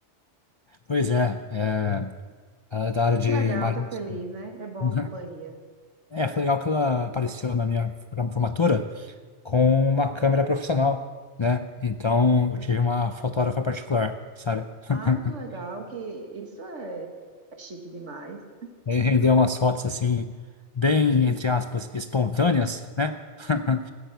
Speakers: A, on the left (about 45°); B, on the right (about 80°).
A: Pois é, é. Ela é da área de
B: Que legal,
A: imagens.
B: tá feliz,
A: <laughs>
B: né? É bom
A: Uhum.
B: a companhia.
A: É, foi legal que ela apareceu na minha forma- formatura com uma câmera profissional, né? Então eu tive uma fotógrafa particular, sabe? <laughs>
B: Ai, que legal, que isso é, é chique demais.
A: E Aí rendeu umas fotos assim, bem, entre aspas, espontâneas, né? <laughs>